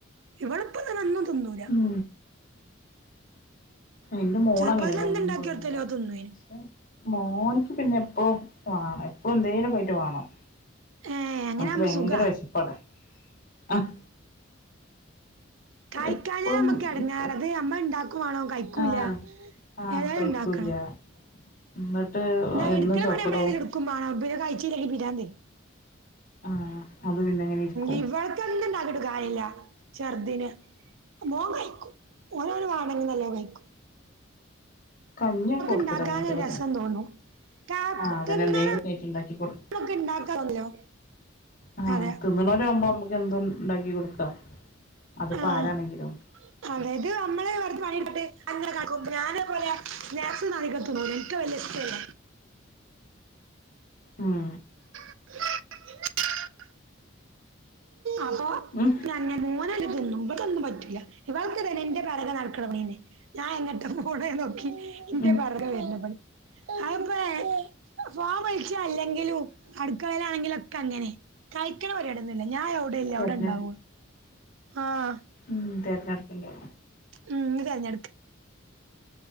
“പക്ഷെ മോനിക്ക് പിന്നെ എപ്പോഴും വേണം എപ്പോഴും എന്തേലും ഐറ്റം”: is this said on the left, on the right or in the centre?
Left